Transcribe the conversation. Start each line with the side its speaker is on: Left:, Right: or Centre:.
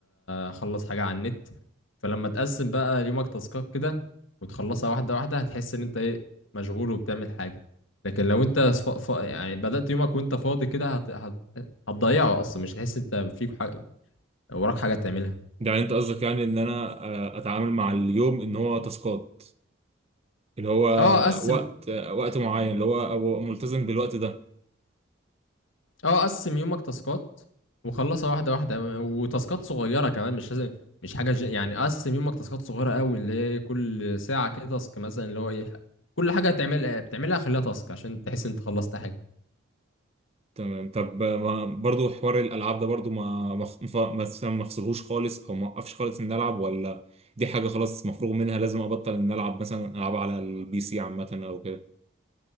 Left: اخلص حاجة على النت فلما تقسم بقى يومك تاسكات كده وتخلصها واحدة واحدة هتحس ان انت ايه مشغول وبتعمل حاجة لكن لو انت ف... ف... يعني بدأت يومك وانت فاضي كده هت... هت... هتضيعه اصلا مش هتحس انت فيك حاجة وراك حاجة تعملها
Right: يعني انت قصدك يعني ان انا آه، اتعامل مع اليوم ان هو تاسكات اللي هو
Left: اه قسم
Right: وقت وقت معين اللي هو أبقى ملتزم بالوقت ده
Left: اه قسم يومك تاسكات وخلصها واحده واحده وتاسكات صغيره كمان مش لازم مش حاجه ج... يعني قسم يومك تاسكات صغيره قوي اللي هي كل ساعه كده تاسك مثلا اللي هو ايه ح- كل حاجه هتعمل بتعملها خليها تاسك عشان تحس انت خلصت حاجه
Right: تمام طب ما برضو حوار الألعاب ده برضو ما ما خ- ما مثلا ما أفصلهوش خالص أو ما أوقفش خالص إن ألعب ولا دي حاجة خلاص مفروغ منها لازم أبطل إن ألعب مثلا ألعب على البي سي عامة أو كده